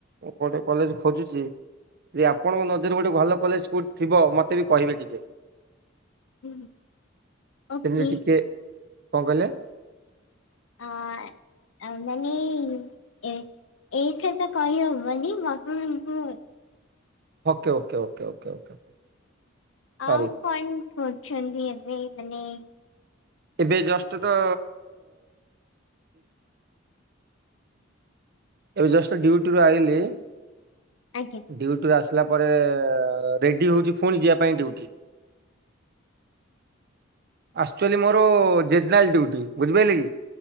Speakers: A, on the right; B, on the left.
A: ଗୋଟେ କଲେଜ୍ ଖୋଜୁଚି ଯେ ଆପଣଙ୍କ ନଜରରେ ଗୋଟେ ଭଲ କଲେଜ୍ କଉଠି ଥିବ ମତେ ବି କହିବେ ଟିକେ।
B: ହୁଁ ଓକେ
A: ସେମିତି ଟିକେ- କଣ କହିଲେ?
B: ଅଁ-ଏ। ତାମାନେ ଏଇ -ଏଇଠେ ତ କହି ହବନି ମୁଁ ଆପଣଙ୍କୁ
A: okay- okay- okay -okay -okay. ସରି
B: ଆଉ କଣ କରୁଚନ୍ତି ଏବେ ମାନେ
A: ଏବେ ଜଷ୍ଟ ତ ଏବେ ଜଷ୍ଟ ଡ୍ୟୁଟିରୁୁ ଆଇଲିି
B: ଆଜ୍ଞା।
A: ଡ୍ୟୁଟିରୁ ଆସିଲା ପରେ ରେଡି ହଉଚି ଫୁଣି ଯିବା ପାଇଁ ଡ୍ୟୁଟି। ଆକ୍ଚୁଆଲି ମୋର ଜେନେରାଲ୍ ଡିଉଟି ବୁଝିପାଇଲେ କି।